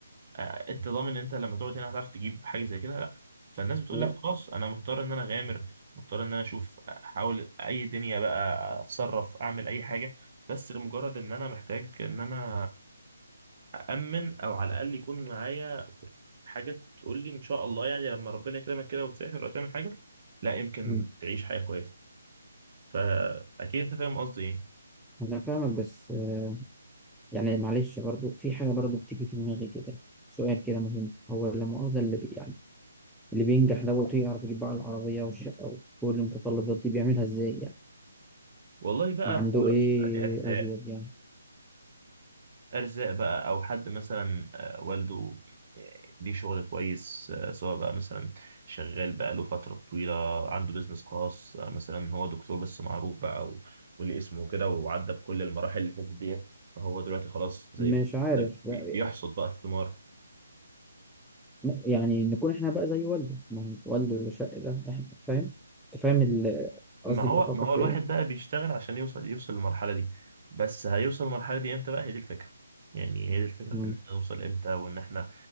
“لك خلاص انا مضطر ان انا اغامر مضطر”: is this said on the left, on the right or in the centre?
Right